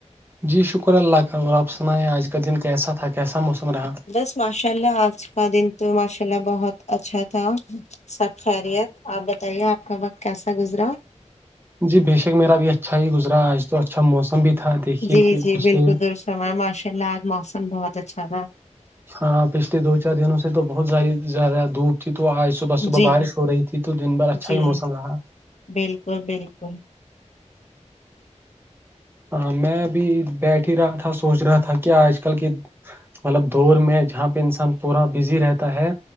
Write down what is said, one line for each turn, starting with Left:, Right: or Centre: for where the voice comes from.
Right: جی شکر اللہ کا اور آپ سنائیں آج کا دن کیسا تھا کیسا موسم رہا
Left: بس ماشاء اللہ آج کا دن تو ماشاء اللہ بہت اچھا تھا سب خیریت آپ بتائیے آپ کا وقت کیسا گزرا
Right: جی بےشک میرا بھی اچھا ہی گزرا آج تو اچھا موسم بھی تھا دیکھیے
Left: جی
Right: پچھلے
Left: جی بالکل درست فرمائے ماشاء اللہ آج موسم بہت اچھا تھا
Right: ہاں پچھلے دو چار دنوں سے تو بہت زیا زیادہ دھوپ تھی تو آج صبح صبح
Left: جی
Right: بارش ہو رہی تھی تو دن بھر اچھا
Left: جی
Right: ہی موسم رہا
Left: بالکل بالکل
Right: ہاں میں ابھی بیٹھ ہی رہا تھا سوچ رہا تھا کہ آج کل کے مطلب دور میں جہاں پہ انسان پورا بزی رہتا ہے